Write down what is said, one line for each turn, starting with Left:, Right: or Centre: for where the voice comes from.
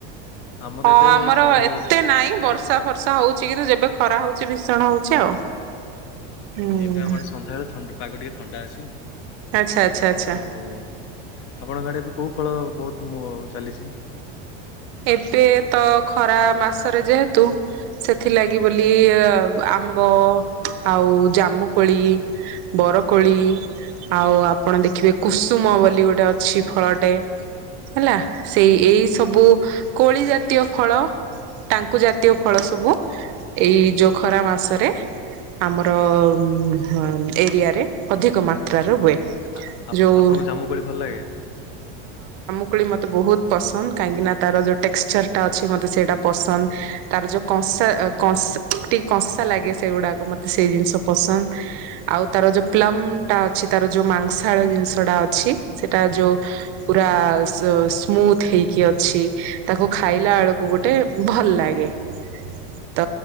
Left: ଆମର
Right: ହଁ
Left: ଏବେ
Right: ଆମର
Left: ସନ୍ଧ୍ୟାବେଳେ
Right: ଏତେ ନାଇଁ, ବର୍ଷା ଫର୍ଷା ହଉଚି, କିନ୍ତୁ ଯେବେ ଖରା ହଉଚି ଭୀଷଣ ହଉଚି ଆଉ। ହୁଁ।
Left: ଏବେ ଆମର ସନ୍ଧ୍ୟାବେଳେ ଥଣ୍ଡ ପାଗ ଟିକେ ଥଣ୍ଡା ଅଛି।
Right: ଆଚ୍ଛା ଆଚ୍ଛା ଆଚ୍ଛା
Left: ଆଉ ଆପଣଙ୍କର ଆଡେ ଏ କଉ ଫଳ ବହୁତ ମୁଁ ଚାଲିଚି?
Right: ଏବେ ତ ଖରା ମାସରେ ଯେହେତୁ ସେଥିଲାଗି ବୋଲି ଆମ୍ବ ଆଉ ଜାମୁକୋଳି, ବରକୋଳି ଆଉ ଆପଣ ଦେଖିବେ କୁସୁମ ବୋଲି ଗୋଟେ ଅଛି ଫଳଟେ ହେଲା। ସେଇ ଏଇ ସବୁ କୋଳି ଜାତୀୟ ଫଳ। ଟାଙ୍କୁ ଜାତୀୟ ଫଳ ସବୁ ଏଇ ଯୋଉ ଖରା ମାସରେ ଆମର ଉଁ ହଁ ଏରିଆରେ ଅଧିକ ମାତ୍ରାର ହୁଏ।
Left: ଆ-ଆ
Right: ଯୋଉ
Left: ଆପଣଙ୍କୁ ଜାମୁ କୋଳି ଭଲ ଲାଗେ?
Right: କୋଳି ମତେ ବୋହୁତ ପସନ୍ଦ କାହିଁକି ନାଁ ତାର ଯୋଉ ଟେକ୍ସଚରଟା ଅଛି ମତେ ସେଇଟା ପସନ୍ଦ ତାର ଯୋଉ କଂସା କଂସ ଟିକେ କଂସା ଲାଗେ ସେଉଡ଼ାକ ମତେ ସେ ଜିନଷ ପସନ୍ଦ ଆଉ ତାର ଯୋଉ ପ୍ଲମ୍ ଟା ଅଛି ତାର ଯୋଉ ମାଂସାଳ ଜିନିଷଟା ଅଛି ସେଟା ଯୋଉ ପୁରା ସ୍ ସ୍ମୁଥ ହେଇକି ଅଛି। ତାକୁ ଖାଇଲା ଅଳୁକୁ ଗୋଟେ ଭଲ ଲାଗେ। ତ